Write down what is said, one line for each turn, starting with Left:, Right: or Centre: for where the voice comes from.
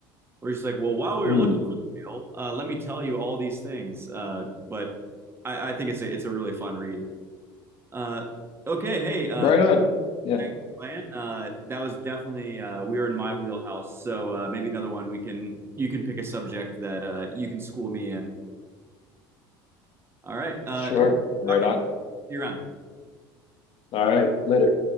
Right: where it's just like, "Well, while we
Left: Hmm.
Right: were looking for the whale, uh let me tell you all these things." Uh but I, I think it's a it's a really fun read. Uh, okay, hey, uh,
Left: Right on. Yeah,
Right: thanks for playing. Uh, that was definitely uh, we were in my wheelhouse, so uh, maybe another one we can you can pick a subject that uh, you can school me in. All right, uh,
Left: sure.
Right: hey,
Left: Right
Right: talking.
Left: on.
Right: See you around.
Left: All right, later.